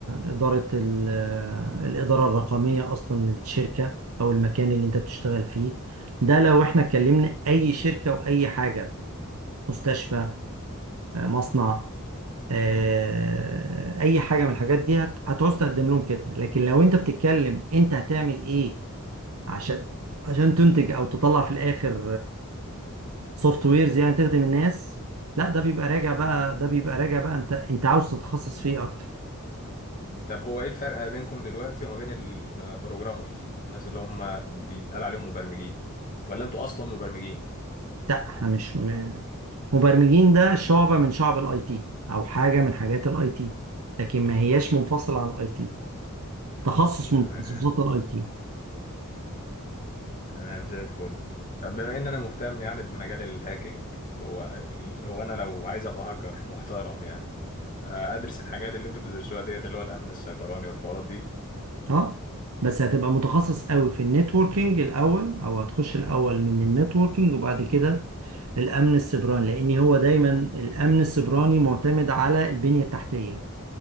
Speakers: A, on the right; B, on the left.
A: آه، إدارة ال- آه، الإدارة الرقمية أصلا للشركة أو المكان اللي أنت بتشتغل فيه ده لو إحنا اتكلمنا أي شركة وأي حاجة مستشفى آه، مصنع آه، أي حاجة من الحاجات دي هت- هتعوز تقدم لهم كده لكن لو أنت بتتكلم أنت هتعمل إيه عشان عشان تنتج او تطلع في الاخر سوفت ويرز يعني تخدم الناس لا ده بيبقى راجع بقى ده بيبقى راجع بقى انت انت عاوز تتخصص فيه اكتر
B: طب هو ايه الفرق ما بينكم دلوقتي وما بين البروجرامرز الناس اللي هم بيتقال عليهم مبرمجين ولا انتوا اصلا مبرمجين
A: لا احنا مش م- مبرمجين ده شعبة من شعب الاي تي او حاجة من حاجات الاي تي لكن ما هياش منفصلة عن الاي تي تخصص
B: تمام
A: من تخصصات الاي تي
B: تمام زي الفل طب بما ان انا مهتم يعني بمجال الهاكينج هو ال- هو انا لو عايز ابقى هاكر محترم يعني آه، ادرس الحاجات اللي انتوا بتدرسوها ديت اللي هو الامن السيبراني والحوارات دي
A: اه بس هتبقى متخصص قوي في النتوركينج الاول او هتخش الاول من النتوركينج وبعد كده الامن السيبراني لان هو دايما الامن السيبراني معتمد على البنية التحتية